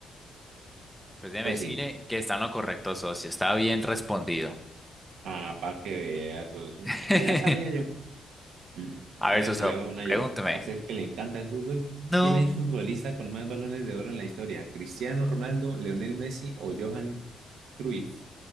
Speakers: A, in the centre; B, on the right (about 80°).
A: Pues déjeme
B: Pues
A: decirle
B: sí.
A: que está en lo correcto, socio. Está bien respondido.
B: Ah, para que veas. eso un-
A: <laughs>
B: Ya sabía yo. <clears throat>
A: A ver,
B: Mira,
A: socio,
B: se le hago una
A: pregúnteme.
B: yo. A usted que le encanta el fútbol.
A: No.
B: ¿Quién es el futbolista con más balones de oro en la historia? ¿Cristiano Ronaldo, Lionel Messi o Johan Cruyff?